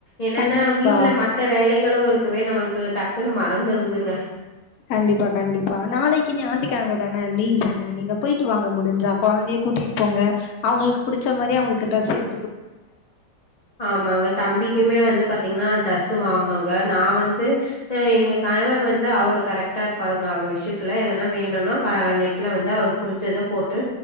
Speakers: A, on the left (about 50°); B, on the left (about 70°).
A: என்னன்னா
B: கண்டிப்பா.
A: வீட்டுல மத்த வேலை களும் இருக்கவே நம்மளுக்கு டக்குன்னு மறந்துடுதுங்க
B: கண்டிப்பா கண்டிப்பா நாளைக்கு நீ ஞாத்திக்கிளம தான லீவ் நீங்க போயிட்டு வாங்க முடிஞ்ச குழந்தைய கூட்டிட்டு போங்க அவுங்களுக்கு பிடிச்ச மாதிரி அவுங்களுக்கு ட்ரெஸ் எ
A: ஆமாங்க தம்பிக்குமே வந்து பாத்தீங்கன்னா டிரெஸ் வாங்கனுங்க நான் வந்து எங்க கணவர் வந்து அவரு கரெக்ட்டா இருப்பாருங்க அவரு விஷயத்துல எதுனா வேணும்னா நெட்ல வந்து அவரு புடிச் ச்சத போட்டு